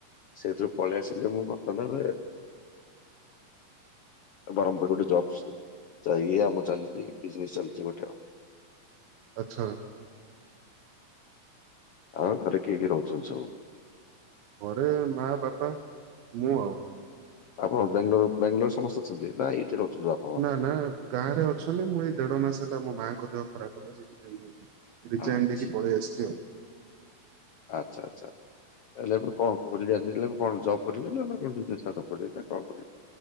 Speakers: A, on the left (about 80°); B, on the right (about 90°).
A: ସେଇଥିରୁ ପଳେଇ ଆସିଲି ମୁଁ ମୋ କାମରେ ଆଉ ବରହମପୁର ଗୋଟେ ଜବସ ଯାଇ ଇଏ ଆମ ଚାଲିଛି ବିଜନେସ୍ ଚାଲିଛି ଗୋଟେ ଆଉ
B: ଆଚ୍ଛା!
A: ଆଉ ଘରେ କିଏ କିଏ ରହୁଛନ୍ତି ସବୁ
B: ଘରେ ମା ବାପା ମୁଁ ଆଉ
A: ଆପଣ ବାଙ୍ଗଲୋର ବାଙ୍ଗଲୋର ସମସ୍ତେ ଅଛନ୍ତି ନା ଏଇଠି ରହୁଛନ୍ତି ଆପଣ
B: ନା ନା ଗାଁ ରେ ଅଛନ୍ତି ମୁଁ ଏଇ ଦେଢ ମାସ ହେଲା ମୋ ମାଙ୍କ ଦେହ ଖରାପ ହେଲା ସେଥିପାଇଁ ମୁଁ ରିଜାଇନ
A: ଆଚ୍ଛା
B: ଦେଇକି ପଳେଇ ଆସିଛି ଆଉ
A: ଆଚ୍ଛା ଆଚ୍ଛା ଆଚ୍ଛା ଆଇଲା ପରେ କଣ କରିବେ ହେଲେ ଏ କଣ ଜବ୍ କରିବେ ନା କଣ ବିଜନେସ ଷ୍ଟାଟ କରିବେ ନା କଣ କରିବେ